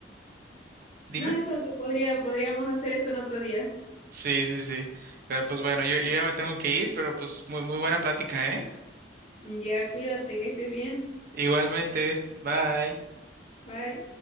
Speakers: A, on the right; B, on the left.
A: Dime.
B: No, eso que podría, podríamos hacer eso en otro día.
A: Sí, sí, sí. Pero pues bueno, yo, yo ya me tengo que ir, pero pues muy, muy buena plática, ¿eh?
B: Ya, cuídate, que estés bien.
A: Igualmente. Bye.
B: Bye.